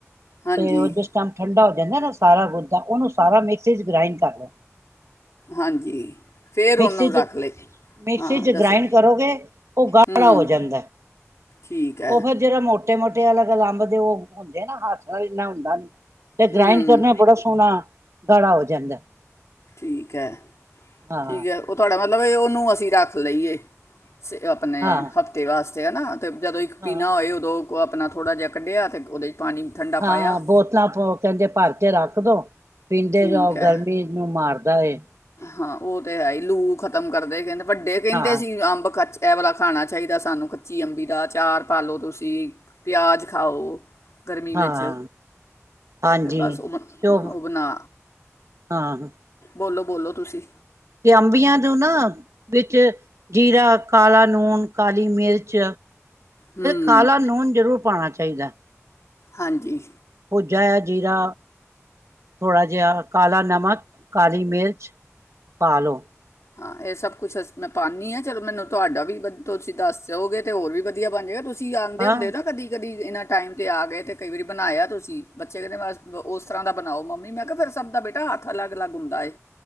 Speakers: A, on the left; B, on the right.
A: ਹਾਂਜੀ
B: ਤੇ ਉਹ ਜਿਸ ਟਾਈਮ ਠੰਡਾ ਜਾਂਦਾ ਨਾ ਸਾਰਾ ਗੁੱਦਾ ਉਹਨੂੰ ਸਾਰਾ ਮਿਕਸੀ ਚ ਗ੍ਰਾਇੰਡ ਕਰ ਲਓ।
A: ਹਾਂਜੀ! ਫੇਰ
B: ਮਿਕਸੀ
A: ਉਹਨੂੰ
B: ਚ
A: ਰੱਖ ਲਏ,
B: ਮਿਕਸੀ
A: ਹਾਂ
B: ਚ
A: ਦੱਸੋ
B: ਗ੍ਰਾਇੰਡ ਕਰੋਗੇ ਉਹ ਗਾੜਾ
A: ਹੂੰ
B: ਹੋ ਜਾਂਦਾ
A: ਠੀਕ ਹੈ
B: ਉਹ ਫਿਰ ਜਿਹੜਾ ਮੋਟਾ ਮੋਟੇ-ਮੋਟੇ ਅਲੱਗ ਲੰਬਦੇ ਉਹ ਹੁੰਦੇ ਨਾ ਹਾਦਸ ਨਾਲ ਇੰਨਾ ਹੁੰਦਾ ਨੀ, ਤੇ
A: ਹੂੰ
B: ਗ੍ਰਾਇੰਡ ਕਰਨਾ ਬੜਾ ਸੋਹਣਾ ਗਾਲਾ ਹੋ ਜਾਂਦਾ।
A: ਠੀਕ ਹੈ
B: ਹਾਂ
A: ਠੀਕ ਹੈ ਉਹ ਤੁਹਾਡੇ ਮ ਮਤਲਬ ਏ ਉਹਨੂੰ ਅਸੀਂ ਰੱਖ ਲਈਏ। ਆਪਣੇ
B: ਹਾਂ
A: ਹਫ਼ਤੇ ਵਾਸਤੇ ਜ ਨਾ, ਅਤੇ ਜਦੋਂ ਇੱਕ
B: ਹਾਂ
A: ਪੀਣਾ ਹੋਏ ਉਦੋਂ ਉਹ ਆਪਣਾ ਥੋੜ੍ਹਾ ਜਿਹਾ ਕੱਢਿਆ ਅਤੇ ਉਹਦੇ 'ਚ, ਪਾਣੀ ਠੰਡਾ
B: ਹਾਂ
A: ਪਾਇਆ
B: ਬੋਤਲਾਂ, ਕਹਿੰਦੇ ਭਰ ਕੇ ਰੱਖ ਦੋ ਪੀਂਦੇ
A: ਠੀਕ
B: ਜਾਓ
A: ਹੈ
B: ਗਰਮੀ ਨੂੰ ਮਾਰ ਜਾਏ।
A: ਹਾਂ ਉਹ ਤੇ ਹੈ ਹੀ, ਲੂ ਖਤਮ ਕਰਦੇ ਕਹਿੰਦੇ। ਵੱਡੇ ਕਹਿੰਦੇ
B: ਹਾਂ
A: ਸੀ ਅੰਬ ਖਰ ਐ ਵਾਲਾ ਖਾਣਾ ਚਾਹੀਦਾ, ਸਾਨੂੰ ਕੱਚੀ ਅੰਬੀ ਦਾ ਚਾਰ ਪਾ ਲੋ ਤੁਸੀਂ ਪਿਆਜ਼ ਖਾਓ। ਗਰਮੀ ਵਿੱਚ
B: ਹਾਂ ਹਾਂਜੀ
A: ਤੇ ਬਸ ਉਹ-ਉਹ
B: ਤੇ ਉਹ
A: ਬਣਾ।
B: ਹਾਂ
A: ਬੋਲੋ-ਬੋਲੋ ਤੁਸੀਂ।
B: ਤੇ ਅੰਬੀਆਂ ਜੋ ਨਾ ਵਿੱਚ, ਜੀਰਾ ਕਾਲਾ ਲੂਣ ਕਾਲੀ ਮਿਰਚ,
A: ਹੂੰ
B: ਕਾਲਾ ਨੂਨ ਜ਼ਰੂਰ ਪਾਉਣਾ ਚਾਹੀਦਾ। ਭੂਜਿਅ
A: ਹਾਂਜੀ,
B: ਭੁੱਜਿਆ ਜੀਰਾ ਥੋੜ੍ਹਾ ਜਿਹਾ ਕਾਲਾ ਨਮਕ ਕਾਲੀ ਮਿਰਚ ਪਾ ਲਓ।
A: ਹਾਂ ਇਹ ਸਭ ਕੁਛ ਅ ਮੈਂ ਪਾਦੀ ਹਾਂ ਚਲੋ ਮੈਨੂੰ ਤੁਹਾਡਾ ਵੀ ਤੁਸੀਂ ਦੱਸ ਜਾਓਗੇ, ਤਾਂ ਹੋਰ ਵੀ ਵਧੀਆ ਬਣ ਜਾਵੇਗਾ ਤੁਸੀਂ ਕੀ ਆਦੇ
B: ਹਾਂ।
A: ਹੁੰਦੇ ਨਾ ਕਦੀ-ਕਦੀ, ਇਹਨਾਂ ਟਾਈਮ ਤੇ ਆ ਗਏ ਤੇ ਕਈ ਵਾਰੀ, ਬਣਾਇਆ ਤੁਸੀਂ ਬੱਚੇ ਕਹਿੰਦੇ ਬਸ ਉਸ ਤਰ੍ਹਾਂ ਦਾ ਬਣਾਓ, ਮੰਮੀ ਮੈਂ ਕਿਹਾ ਫਿਰ ਸਭ ਦਾ ਬੇਟਾ ਹੱਥ ਅਲੱਗ ਅਲੱਗ ਹੁੰਦਾ ਏ।